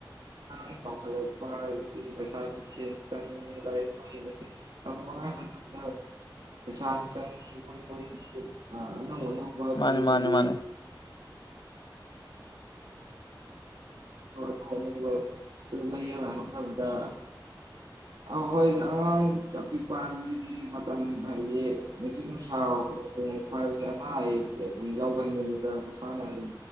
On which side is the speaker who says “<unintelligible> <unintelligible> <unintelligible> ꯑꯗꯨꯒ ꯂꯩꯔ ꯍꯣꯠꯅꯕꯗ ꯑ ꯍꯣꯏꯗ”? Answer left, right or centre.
Right